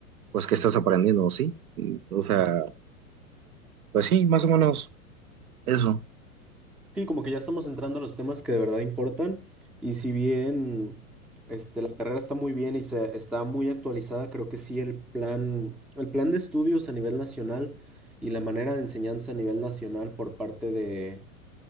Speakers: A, on the right (about 75°); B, in the centre.
A: pues, que estás aprendiendo, ¿sí? Mm, O sea, pues sí, más o menos eso.
B: Sí, como que ya estamos entrando a los temas que de verdad importan y si bien este, la carrera está muy bien y se, está muy actualizada, creo que sí el plan, el plan de estudios a nivel nacional y la manera de enseñanza a nivel nacional por parte de,